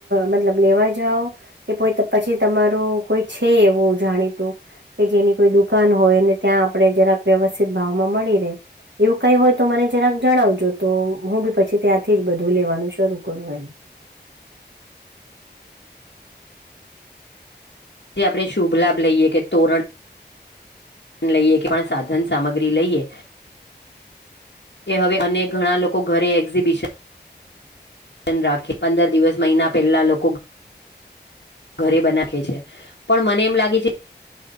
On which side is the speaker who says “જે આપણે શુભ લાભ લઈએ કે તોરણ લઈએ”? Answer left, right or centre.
Left